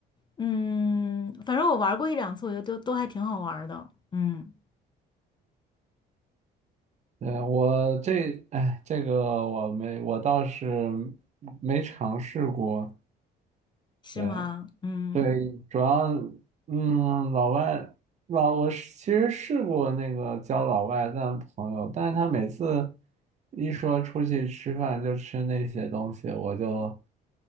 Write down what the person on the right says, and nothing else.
对，我这，哎，这个我没，我倒是没尝试过。
对
对，主要，嗯，老外，老，我是其实试过那个交老外的朋友，但是他每次一说出去吃饭就吃那些东西，我就